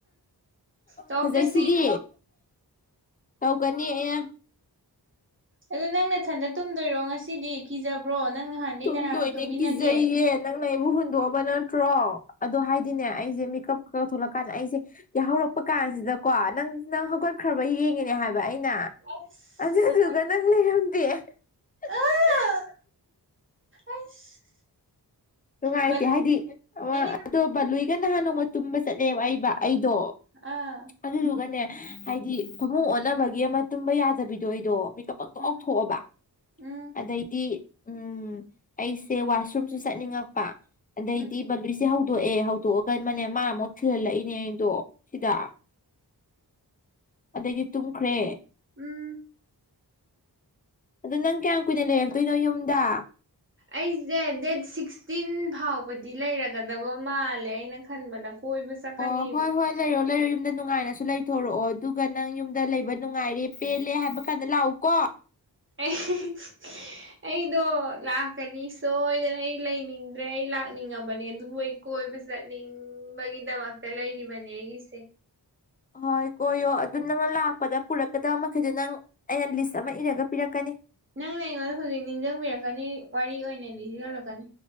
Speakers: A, on the right (about 30°); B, on the left (about 20°).
A: ꯇꯧꯔꯛꯇ꯭ꯔꯁꯨ
B: ꯐꯖꯩꯁꯤꯗꯤ
A: ꯌꯥꯏ
B: ꯇꯧꯒꯅꯤ ꯑꯩꯅ
A: ꯑꯗꯨ ꯅꯪ ꯅꯊꯟꯗ ꯇꯨꯝꯗꯣꯏꯔꯣ ꯉꯁꯤꯗꯤ ꯀꯤꯖꯕ꯭ꯔꯣ ꯅꯪ ꯅꯍꯥꯟꯒꯩ
B: ꯇꯨꯝꯗꯣꯏꯅꯦ
A: ꯀꯅꯥꯒ ꯇꯨꯝꯃꯤꯟꯅꯒꯦ
B: ꯀꯤꯖꯩꯌꯦ ꯅꯪꯅ ꯑꯩꯕꯨ ꯍꯨꯟꯗꯣꯛꯑꯝꯕ ꯅꯠꯇ꯭ꯔꯣ ꯑꯗꯣ ꯍꯥꯏꯗꯤꯅꯦ ꯑꯩꯖꯦ ꯃꯤꯀꯞ ꯈꯔ ꯊꯣꯛꯂꯛꯀꯥꯟꯗ ꯑꯩꯁꯦ ꯌꯥ ꯍꯧꯔꯛꯄ ꯀꯥꯟꯖꯤꯗꯀꯣ ꯅꯪ ꯅꯪ ꯍꯧꯒꯠꯈ꯭ꯔꯕ ꯌꯦꯡꯉꯤꯅꯦ ꯍꯥꯏꯕ ꯑꯩꯅ
A: ꯑꯁ
B: ꯑꯗꯨꯗꯨꯒ ꯅꯪ ꯂꯩꯔꯝꯗꯦ <unintelligible>
A: ꯑꯥ ꯑꯁ
B: ꯅꯨꯡꯉꯥꯏꯇꯦ
A: ꯕꯠ
B: ꯍꯥꯏꯗꯤ ꯑꯣ
A: ꯅꯪꯒꯤ
B: ꯑꯗꯣ ꯕꯂꯨꯏꯒ ꯅꯍꯥꯟ ꯅꯣꯡꯃ ꯇꯨꯝꯕ ꯆꯠꯂꯦꯕ ꯑꯩꯕ ꯑꯩꯗꯣ
A: ꯑꯥ
B: ꯑꯗꯨꯗꯨꯒꯅꯦ ꯍꯥꯏꯗꯤ ꯐꯃꯨꯡ ꯑꯣꯟꯅꯕꯒꯤ ꯑꯃ ꯇꯨꯝꯕ ꯌꯥꯗꯕꯤꯗꯣ ꯑꯩꯗꯣ ꯃꯤꯀꯞ ꯄꯣꯛꯇꯣ
A: ꯎꯝ
B: ꯀꯥꯎꯊꯣꯛꯑꯕ
A: ꯎꯝ
B: ꯑꯗꯩꯗꯤ ꯎꯝ ꯑꯩꯁꯦ ꯋꯥꯁꯔꯨꯝꯁꯨ ꯆꯠꯅꯤꯡꯉꯛꯄ ꯑꯗꯩꯗꯤ
A: ꯎꯝ
B: ꯕꯟꯗꯨꯔꯤꯁꯦ ꯍꯧꯗꯣꯛꯑꯦ ꯍꯧꯗꯣꯛꯑꯒ ꯃꯅꯦ ꯃꯥꯅ ꯑꯃꯨꯛ ꯊꯤꯜꯍꯜꯂꯛꯏꯅꯦꯗꯣ ꯁꯤꯗ ꯑꯗꯩꯗꯤ ꯇꯨꯝꯈ꯭ꯔꯦ
A: ꯎꯝ
B: ꯑꯗꯨ ꯅꯪ ꯀꯌꯥꯝ ꯀꯨꯏꯅ ꯂꯩꯔꯛꯇꯣꯏꯅꯣ ꯌꯨꯝꯗ
A: ꯑꯩꯖꯦ ꯗꯦꯠ ꯁꯤꯛꯁꯇꯤꯟ ꯐꯥꯎꯕꯗꯤ ꯂꯩꯔꯒꯗꯕ ꯃꯥꯜꯂꯦ ꯑꯩꯅ ꯈꯟꯕꯅ ꯀꯣꯏꯕ ꯆꯠꯀꯅꯤꯕ
B: ꯑꯣ ꯍꯣꯏ ꯍꯣꯏ ꯂꯩꯔꯣ ꯂꯩꯔꯣ ꯌꯨꯝ ꯌꯨꯝꯗ ꯅꯨꯡꯉꯥꯏꯅꯁꯨ ꯂꯩꯊꯣꯔꯛꯑꯣ ꯑꯗꯨꯒ ꯅꯪ ꯌꯨꯝꯗ ꯂꯩꯕ ꯅꯨꯡꯉꯥꯏꯔꯦ ꯄꯦꯜꯂꯦ ꯍꯥꯏꯕ ꯀꯥꯟꯗ ꯂꯥꯛꯎ ꯀꯣ
A: ꯑꯦꯍꯦ ꯑꯩꯗꯣ ꯂꯥꯛꯀꯅꯤ ꯁꯣꯏꯗꯅ ꯑꯩ ꯂꯩꯅꯤꯡꯗ꯭ꯔꯦ ꯑꯩ ꯂꯥꯛꯅꯤꯡꯉꯕꯅꯦ ꯅꯣꯏ ꯀꯣꯏꯕ ꯆꯠꯅꯤꯡꯕꯒꯤꯗꯃꯛꯇ ꯂꯩꯔꯤꯕꯅꯦ ꯑꯩꯒꯤꯁꯦ
B: ꯍꯣꯏ ꯀꯣꯏꯌꯣ ꯑꯗꯨ ꯅꯪꯅ ꯂꯥꯛꯄꯗ ꯄꯨꯔꯛꯀꯗꯕ ꯃꯈꯩꯗꯣ ꯅꯪ ꯑꯩꯅ ꯂꯤꯁ ꯑꯃ ꯏꯔꯒ ꯄꯤꯔꯛꯀꯅꯤ
A: ꯅꯪꯅ ꯑꯩꯉꯣꯟꯗ ꯍꯧꯖꯤꯛ ꯅꯤꯡꯁꯤꯡꯕꯤꯔꯛꯀꯅꯤ ꯋꯥꯔꯤ ꯑꯣꯏꯅ ꯅꯤꯡꯁꯤꯜꯔꯛꯀꯅꯤ